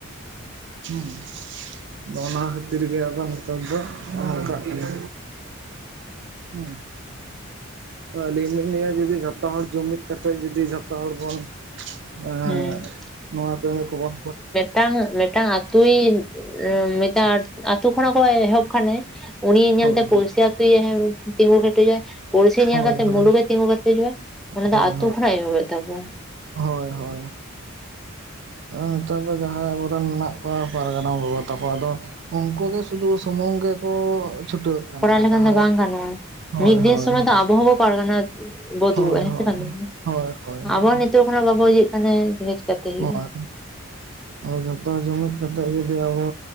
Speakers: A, on the right; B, in the centre.
A: ᱦᱩᱸ ᱟᱫᱚ ᱚᱱᱟ ᱠᱷᱟᱹᱛᱤᱨ ᱜᱮ ᱟᱫᱚ ᱱᱮᱛᱟᱨ ᱫᱚ ᱦᱚᱹᱜ-ᱚ ᱱᱚᱝᱠᱟᱜ ᱠᱟᱱᱟ᱾ ᱦᱩᱹ, ᱟᱹᱞᱤᱧ ᱞᱤᱧ ᱞᱟᱹᱭᱟ ᱡᱩᱫᱤ ᱡᱷᱚᱛᱚ ᱦᱚᱲ ᱡᱩᱢᱤᱫ ᱠᱟᱛᱮ ᱡᱩᱫᱤ ᱡᱷᱚᱛ ᱡᱚᱛᱚ ᱦᱚᱲ ᱵᱚᱱ ᱮᱸ,
B: ᱦᱮᱸ
A: ᱱᱚᱣᱟ ᱠᱟᱹᱢᱤ ᱠᱚᱵᱚᱱ ᱠ
B: ᱴᱟᱝ ᱢᱮᱫᱴᱟᱝ ᱟ ᱛᱩᱭ ᱮᱸ ᱢᱮᱛᱟᱜ <unintelligible> ᱢᱤᱫᱴᱟᱝ ᱟᱛᱩ ᱠᱷᱚᱱᱟᱜ ᱠᱚ ᱮᱦᱚᱵ ᱠᱷᱟᱱᱮ ᱩᱱᱤ ᱧᱮᱞᱛᱮ
A: ᱦᱳᱭ
B: ᱯᱩᱲᱥᱤ ᱟᱛ <unintelligible> ᱛᱤᱸᱜᱩ ᱠᱮᱴᱮᱡᱚᱜ-ᱟᱭ, ᱯᱩᱲᱥᱤ ᱧᱮᱞ
A: ᱦᱳᱭ
B: ᱠᱟᱛᱮ
A: ᱦᱳᱭ
B: ᱢᱩᱞᱩᱜ-ᱮ
A: ᱦᱳᱭ
B: ᱛᱤᱸᱜᱩ ᱠᱮᱴᱮᱡᱚᱜ-ᱟᱭ ᱚᱱᱟ
A: ᱦᱳᱭ
B: ᱫᱚ ᱟᱛᱩ
A: ᱦᱳᱭ
B: ᱟᱱᱟ ᱮᱦᱚᱵ ᱦᱩᱭᱩᱜ ᱛᱟᱵᱚᱱ᱾
A: ᱦᱳᱭ ᱦᱳᱭ᱾ ᱟᱻ ᱱᱮᱛᱟᱨᱮ ᱫᱚ ᱡᱟᱦᱟᱸᱭ ᱟᱵᱚᱨᱮᱱ ᱢᱮᱱᱟᱜ ᱠᱚᱣᱟ ᱯᱟᱨᱜᱟᱱᱟ ᱵᱟᱵᱟ ᱛᱟᱠᱚ ᱟᱫᱚ ᱩᱱᱠᱩ ᱜᱮ ᱥᱩᱫᱩ ᱥᱩᱢᱩᱝ ᱜᱮ ᱠᱚ ᱪᱷᱩᱴᱟᱹᱜ ᱠᱟᱱᱟ
B: ᱠᱚᱲᱟ ᱞᱮᱠᱷᱟᱱ
A: ᱡᱟᱦᱟᱸᱭ
B: ᱫᱚ ᱵᱟᱝ ᱜᱟᱱᱚᱜᱼᱟ᱾
A: ᱦᱳᱭ
B: ᱢᱤᱫ
A: ᱦᱳᱭ
B: ᱫᱤᱱ ᱥᱚᱢᱚᱭ
A: ᱦᱳᱭ,
B: ᱫᱚ ᱟᱵᱚ ᱦᱚᱵᱚ ᱯᱟᱨᱜᱟᱱᱟ ᱵᱚ ᱫᱩᱲᱭᱵ-ᱟ
A: ᱦᱳᱭ
B: ᱦᱮᱸ
A: ᱦᱳᱭ,
B: ᱥᱮ ᱵᱟᱝ ᱞᱟᱹᱭ ᱢᱮ,
A: ᱦᱳᱭ ᱦᱳᱭ ᱦᱳᱭ,
B: ᱟᱵᱚᱣᱟᱜ ᱱᱤᱛ ᱱᱤᱛᱳᱜ ᱠᱷᱚᱱᱟᱜ ᱵᱟᱵ ᱤᱭᱟᱹᱜ ᱠᱟᱱᱮ <inaudible>
A: ᱦᱳᱭ <inaudible>
B: <inaudible>
A: ᱟᱫᱚ ᱡᱚᱛᱚ ᱡᱩᱢᱤᱫ ᱠᱟᱛᱮᱜ ᱡᱩᱫᱤ ᱟᱵᱚ